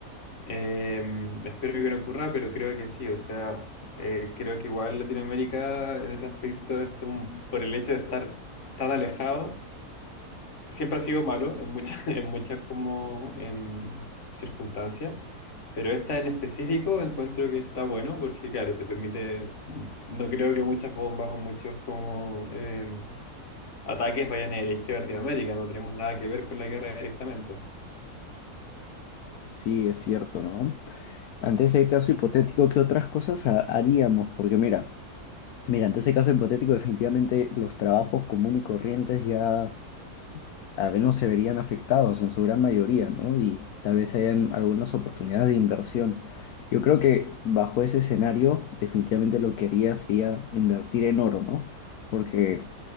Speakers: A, on the left; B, on the left.
A: Eh, espero que no ocurra, pero creo que sí. O sea, eh, creo que igual Latinoamérica en ese aspecto, este, un- por el hecho de estar tan alejado, siempre ha sido malo en muchas, <laughs> en muchas como em, circunstancias. Pero esta en específico encuentro que está bueno porque, claro, te permite, no creo que muchas bombas o muchos como em, ataques vayan dirigidos a Latinoamérica, no tenemos nada que ver con la guerra directamente.
B: Sí, es cierto, ¿no? Ante ese caso hipotético, ¿qué otras cosas ha- haríamos? Porque mira, mira, ante ese caso hipotético, definitivamente los trabajos común y corrientes ya al menos se verían afectados en su gran mayoría, ¿no? Y tal vez hayan algunas oportunidades de inversión. Yo creo que bajo ese escenario, definitivamente lo que haría sería invertir en oro, ¿no? Porque